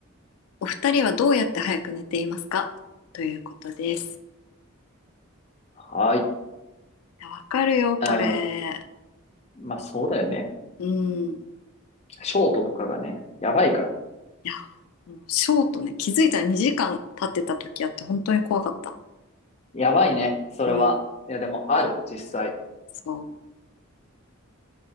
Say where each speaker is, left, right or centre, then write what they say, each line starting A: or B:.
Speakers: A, on the left; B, on the left.
A: お二人はどうやって早く寝ていますかということです。
B: はーい。
A: いやわかるよ、これ。
B: うん。まあ、そうだよね。
A: うん。
B: ショートとかがね、やばいから。
A: いや、もうショートね、気づいたら2時間経ってた時あって本当に怖かった。
B: やばいね。それは。
A: うん。
B: いや、でも、ある、実際。
A: そう。